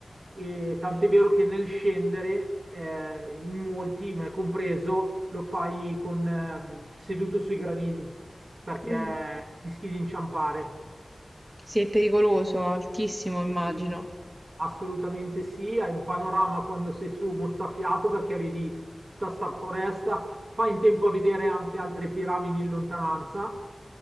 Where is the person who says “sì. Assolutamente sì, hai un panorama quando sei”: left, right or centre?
Right